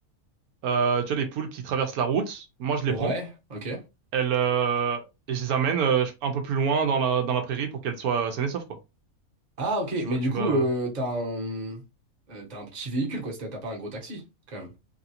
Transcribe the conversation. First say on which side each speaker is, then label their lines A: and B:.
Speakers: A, on the right (about 75°); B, on the right (about 35°).
A: Euh, tu vois, les poules qui traversent la route, moi, je
B: Ouais.
A: les prends,
B: Ok.
A: elles, euh, et je les amène euh, un peu plus loin dans la dans la prairie pour qu'elles soient saines et sauves, quoi.
B: Ah, ok.
A: Tu
B: Mais
A: vois,
B: du
A: tu
B: coup,
A: vois.
B: euh,
A: Euh,
B: t'as un, euh, t'as un petit véhicule quoi. C'est- T'as pas un gros taxi quand même.